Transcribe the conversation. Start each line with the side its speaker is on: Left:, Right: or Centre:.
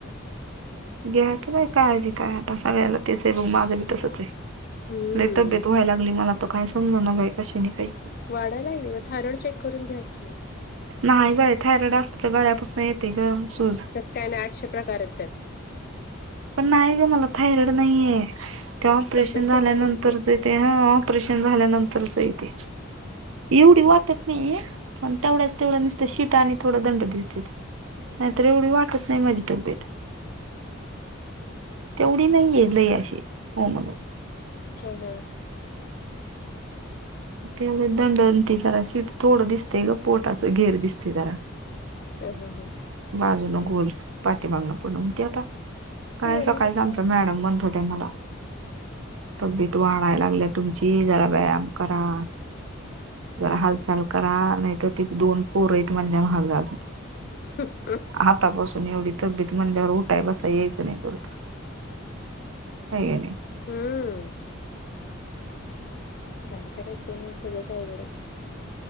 Right: घ्या की बाई काळजी काय आता सगळ्याला तेच आहे बघ माझ्बी तसच आहे
Left: हम्म
Right: लया तब्येत व्हाय लागली मला तर काय समज न बाई कशा नी काय
Left: वाढालागली म थारड चेक करून घ्या की
Right: नाही बाई थायरॉइड असत तर गळ्यापासून येते ग सूज
Left: तस काय नाही आठशे प्रकार आहेत त्यात
Right: पण नाही ग मला थाैरड नाहीये ते ऑपरेशन
Left: तब्येत
Right: झाल्यानंतरचे
Left: सुटायला लागली की
Right: ते ह ऑपरेशन झाल्यानंतरचय तेे एवढी वाटत नाही ये पण तेवढ्याच तेवढं नसत शीट आणि थोडा दंड दिसतेत नाहीतर एवढी वाटत नाही माझी तब्येत तेवढी नाही आहे लय अशी हो म्हणून
Left: हम हम
Right: तेवढे दंडते जरा शीट थोडं दिसते ग पोटाचं घेर दिसते जरा
Left: ह ह हां
Right: बाजून गोल पाठीमागण पूर्ण म्हणती आता काय
Left: ते होणार
Right: सकाळीच
Left: आता
Right: आमचा मॅडम म्हणत होत्या त्या मला तब्येत वाढायला लागल्या तुमची जरा व्यायाम करा जरा हालचाल करा नाही तर तिथ दोन पोरं आहे महागा अजून
Left: सूक
Right: आतापासून एवढी तब्येत म्हंल्यावर उठाय बसा यायचं नाही परत हय कनी
Left: हम्म काय करायचं सगळंच आवड आहे